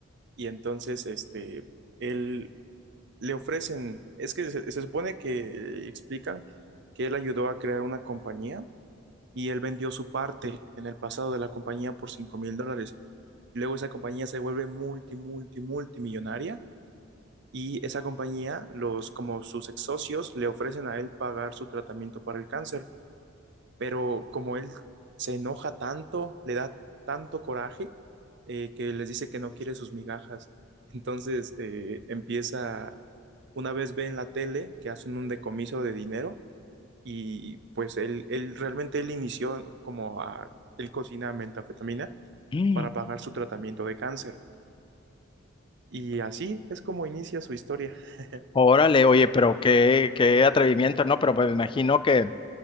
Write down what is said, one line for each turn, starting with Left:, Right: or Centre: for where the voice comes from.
Right: y entonces, este, él le ofrecen, es que se, se supone que explican que él ayudó a crear una compañía y él vendió su parte en el pasado de la compañía por cinco mil dólares. Luego esa compañía se vuelve multi, multi, multimillonaria y esa compañía, los, como sus ex socios, le ofrecen a él pagar su tratamiento para el cáncer. Pero como él se enoja tanto, le da tanto coraje, eh, que les dice que no quiere sus migajas. Entonces eh, empieza, una vez ve en la tele que hacen un decomiso de dinero y pues él, él realmente él inició como a, él cocina metafetamina
Left: mm,
Right: para pagar su tratamiento de cáncer. Y así es como inicia su historia. <laughs>
Left: órale, oye, pero qué, qué atrevimiento, ¿no? Pero me imagino que